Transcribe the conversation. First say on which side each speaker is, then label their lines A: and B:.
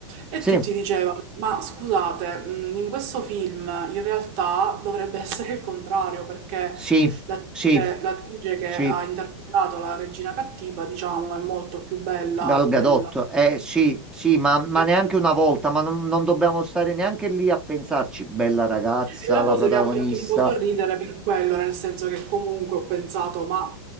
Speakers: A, on the right; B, in the centre.
A: E
B: Sì,
A: tutti dicevano, ma scusate, mh, in questo film in realtà dovrebbe <laughs> essere il contrario, perché
B: sì,
A: l'attrice,
B: sì.
A: l'attrice che
B: Sì,
A: ha interpretato la regina cattiva, diciamo, è molto più bella
B: Gal Gadot,
A: della
B: eh sì, sì, ma, ma
A: eh,
B: neanche una volta, ma non, non dobbiamo stare neanche lì a pensarci, bella ragazza,
A: E la
B: la
A: cosa
B: protagonista.
A: mi ha fatto un po' sorridere per quello, nel senso che comunque ho pensato, ma